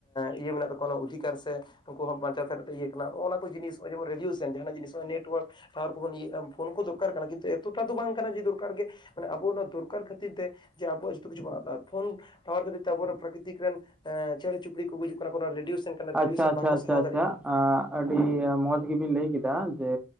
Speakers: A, on the left; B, in the centre.
A: ᱤᱭᱟᱹ ᱢᱮᱱᱟᱜ ᱛᱟᱠᱚᱣᱟ ᱚᱱᱟ ᱚᱫᱷᱤᱠᱟᱨ ᱥᱮ ᱩᱱᱠᱩ ᱦᱚᱸ ᱵᱟᱧᱪᱟᱣ ᱛᱟᱦᱮᱸ ᱨᱮᱱᱟᱜ ᱤᱭᱟᱹ ᱠᱟᱱᱟ ᱱᱚᱜᱼᱚ ᱱᱚᱣᱟ ᱠᱚ ᱡᱤᱱᱤᱥ ᱱᱟᱜ-ᱚ ᱡᱮᱢᱚᱱ ᱨᱮᱰᱤᱭᱳᱮᱥᱮᱱ ᱡᱟᱦᱱᱟᱜ ᱡᱤᱱᱤᱥ ᱱᱮᱴᱳᱣᱟᱨᱠ ᱟᱨ ᱠᱚᱵᱚᱱ ᱤᱭᱟᱹ ᱟ ᱯᱷᱳᱱ ᱠᱚ ᱫᱚᱨᱠᱟᱨ ᱠᱟᱱᱟ ᱠᱤᱱᱛᱩ ᱮᱛᱚᱴᱟ ᱫᱚ ᱵᱟᱝ ᱠᱟᱱᱟ ᱡᱮ ᱫᱚᱨᱠᱟᱨ ᱜᱮ᱾ ᱢᱟᱱᱮ ᱟᱵᱚ ᱚᱱᱟ ᱫᱚᱨᱠᱟᱨ ᱠᱷᱟᱹᱛᱤᱨ ᱛᱮ ᱡᱮ ᱟᱵᱚᱣᱟᱜ ᱡᱚᱛᱚ ᱠᱤᱪᱷᱩ ᱵᱚᱱ ᱟᱫ ᱯᱷᱳᱱ ᱴᱟᱣᱟᱨ ᱠᱷᱟᱹᱛᱤᱨ ᱛᱮ ᱟᱵᱚ ᱚᱱᱟ ᱯᱨᱟᱠᱨᱤᱛᱤᱠ ᱨᱮᱱ ᱮᱸ ᱪᱮᱬᱮ ᱪᱩᱲᱤ ᱠᱚ ᱜᱩᱡᱩᱜ ᱠᱟᱱᱟ ᱚᱱᱟ ᱨᱮᱰᱤᱭᱳᱥᱮᱱ ᱠᱟᱱᱟ ᱨᱮᱰᱤᱭᱳᱥᱮᱱ
B: ᱟᱪᱪᱷᱟ
A: ᱵᱟᱠᱚ
B: ᱟᱪᱪᱷᱟ
A: ᱥᱟᱦᱟᱣ
B: ᱟᱪᱪᱷᱟ
A: ᱫᱟᱲᱮᱭᱟᱜ
B: ᱟᱪᱪᱷᱟ
A: ᱜᱮᱭᱟ
B: ᱟᱹᱰᱤ
A: ᱦᱩᱸ
B: ᱢᱚᱡᱽ᱾ ᱜᱮᱵᱤᱱ ᱞᱟᱹᱭ ᱠᱮᱫᱟ ᱡᱮ